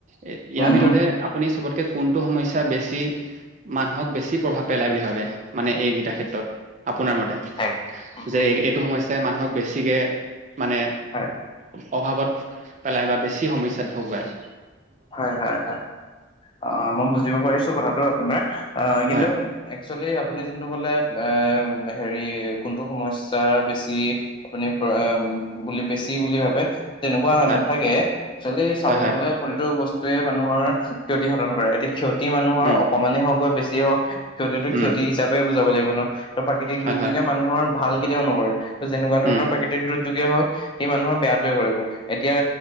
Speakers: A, on the right (about 35°); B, on the left (about 25°).
A: এ ইয়াৰ
B: উম
A: ভিতৰতে
B: উম
A: আপুনি চবতকে কোনটো সমস্যা বেছি মানুহক বেছি প্ৰভাৱ পেলায় বুলি ভাবে? মানে এইকেইটা ক্ষেত্ৰত আপোনাৰ মতে
B: হয় উম
A: যে এই এইটো সমস্যাই মানুহক বেছিকে মানে
B: হয়
A: অ-অভাৱত পেলাই বা বেছি সমস্যাত ভুগায়।
B: হয়, হয়, হয়, অ', মই বুজিব পাৰিছো কথাটো আপোনাৰ অ', কিন্তু
A: হয়
B: একচুৱেলি আপুনি যোনটো ক'লে এ হেৰি, কোনটো সমস্যা বেছি আপুনি প্ৰ এ বুলি বেছি বুলি ভাবে। তেনেকুৱা
A: হয়
B: নাথাকে একচুৱেলি চাবলৈ
A: হয় হয়
B: গলে প্ৰতিটো বস্তুৱে মানুহৰ ক্ষতিসাধন কৰে। এতিয়া ক্ষতি মানুহৰ
A: উম
B: অকমানেই হওঁক বা বেছিয়ে হওক ক্ষতিটো
A: উম
B: ক্ষতি হিচাপেই বুজাব লাগিব ন' আৰু প্ৰাকৃতিক
A: হয়
B: দুৰ্যোগে
A: হয়
B: মানুহৰ ভাল কেতিয়াও নকৰে। যেনেকুৱা ধৰণৰ
A: উম
B: প্ৰাকৃতিক দুৰ্যোগে হওক সি মানুহৰ বেয়াটোৱে কৰিব, এতিয়া